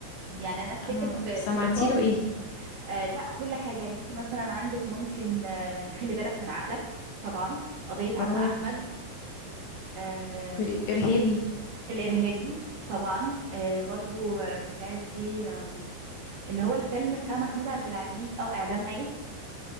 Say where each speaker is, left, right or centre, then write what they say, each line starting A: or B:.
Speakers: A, on the right; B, on the left.
A: يعني انا افتكر
B: انا
A: في
B: سمعتي
A: في لقاء
B: له ايه
A: آه لا كل حاجة يعني انت مثلا عندك ممكن آه خلي بالك من عقلك طبعا قضية عم
B: اه
A: احمد آه
B: والارهابي
A: الارهابي طبعا آه برضو آه بتاعت ايه آه اللي هو الفيلم بتاع محمود عبد العزيز او اعدام ميت